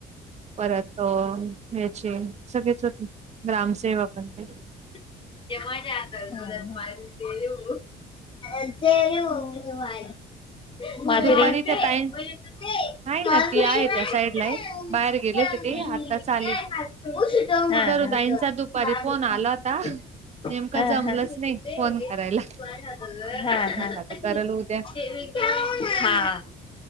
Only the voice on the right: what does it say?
परत ह्याचे सगळेच होते ग्रामसेवक आणि ते.
दुपारी त्या ताई
आहे ना ती आहे त्या साईडला आहे. बाहेर गेले होते
ते आत्ताच आले.
सरुताईंचा दुपारी
फोन आला होता. नेमकं
जमलंच नाही फोन करायला.
म्हटलं आता
करल उद्या